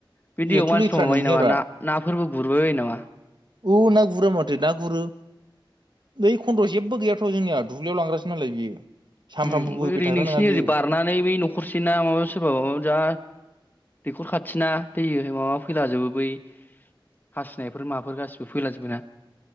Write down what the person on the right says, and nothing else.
एथ'
लेथ्रा
नोंहैयाब्रा
औ ना गुरा माथो ना गुरो बै खन्द'वाव जेबो गैयाथ' जोंनिया दुब्लियाव लांग्रासो नालाय बियो सानफ्रामबो
बोबाय
थाग्रा
नङा बियो